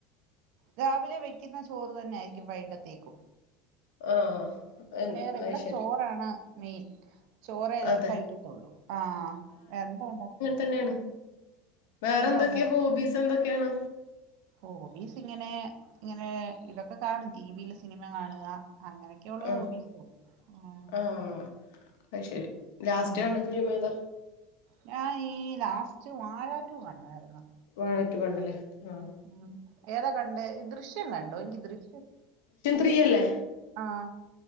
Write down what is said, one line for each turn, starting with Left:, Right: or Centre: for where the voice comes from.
Right: രാവിലെ വെക്കുന്ന ചോറ് തന്നായിരിക്കും വൈകിട്ടത്തേക്കും.
Left: ആഹ് അത്
Right: വേറെ ഇവിടെ
Left: ശരി
Right: ചോറാണ് മെയിൻ. ചോറെ
Left: അതെ
Right: കഴിക്കത്തുള്ളൂ. ആഹ് വേറെ എന്താ ഉണ്ടാക്കിയ
Left: തന്നാണ് വേറെ എന്തൊക്കെയാ
Right: ഉണ്ടാക്കി
Left: ഹോബീസ് എന്തൊക്കെയാണ്?
Right: ഹോബീസ് ഇങ്ങനെ ഇങ്ങനെ ഇതൊക്കെ കാണും. ടി വി യില് സിനിമ കാണുക അങ്ങനെ ക്കെയുള്ളു
Left: ആഹ്
Right: ഹോബിസ്. ആഹ്
Left: ആഹ് അത്ശരി. ലാസ്റ്റ്
Right: ഉം
Left: കണ്ട ഫിലിം ഏതാ?
Right: ഞാൻ ഈ ലാസ്റ്റ് വാഴാ ടു കണ്ടായിരുന്ന്.
Left: വാഴ ടു കണ്ടല്ലേ. ആഹ്
Right: ഉം ഏതാ കണ്ടേ ഈ ദൃശ്യം കണ്ടോ എനിക്ക് ദൃശ്യം
Left: പിയല്ലേ.
Right: ആഹ്.